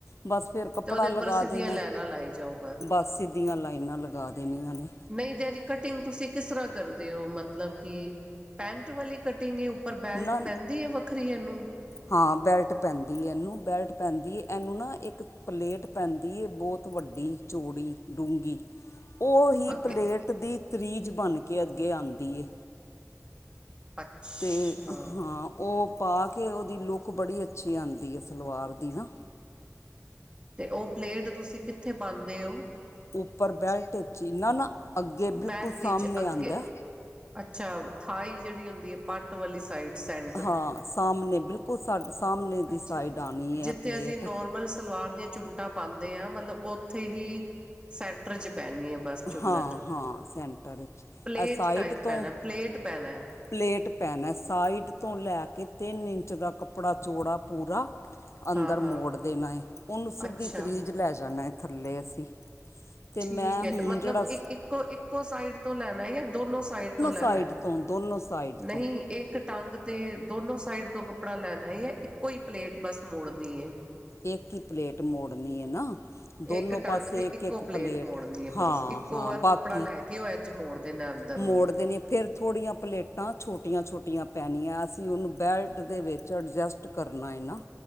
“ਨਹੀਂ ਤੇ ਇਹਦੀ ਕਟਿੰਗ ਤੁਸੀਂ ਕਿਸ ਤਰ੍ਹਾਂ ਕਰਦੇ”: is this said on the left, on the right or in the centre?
Right